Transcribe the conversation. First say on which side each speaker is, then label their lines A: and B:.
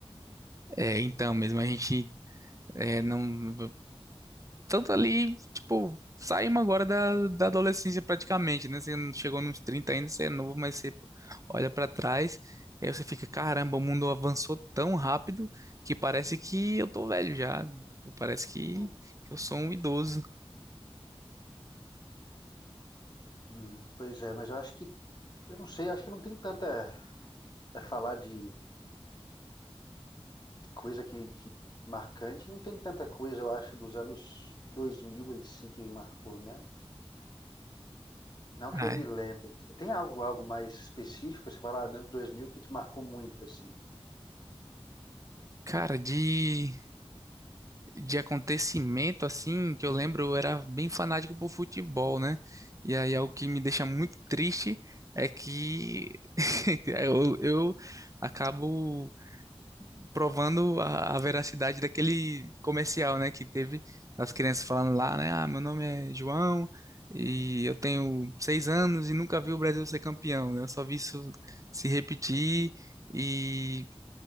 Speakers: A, on the right; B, on the left.
A: É, então, mesmo a gente é, não tanto ali, tipo, saímos agora da, da adolescência praticamente, né? Você não chegou nos 30 ainda, você é novo, mas você olha pra trás, e aí você fica, caramba, o mundo avançou tão rápido que parece que eu tô velho já. Tipo, parece que,
B: É.
A: que eu sou um idoso.
B: Hum, pois é, mas eu acho que, eu não sei, acho que não tem tanta a falar de coisa que, que marcante, não tem tanta coisa, eu acho, dos anos 2000 em si que me marcou, né? Não
A: Ah,
B: que eu me lembre. Tem algo, algo mais específico, você fala, ah, dos anos 2000 que te marcou muito, assim?
A: cara, de, de acontecimento assim, que eu lembro, eu era bem fanático por futebol, né? E aí algo que me deixa muito triste é que <laughs> eu, eu acabo provando a, a veracidade daquele comercial, né, que teve as crianças falando lá, né, ah, meu nome é João e eu tenho seis anos e nunca vi o Brasil ser campeão, né, eu só vi isso se repetir e,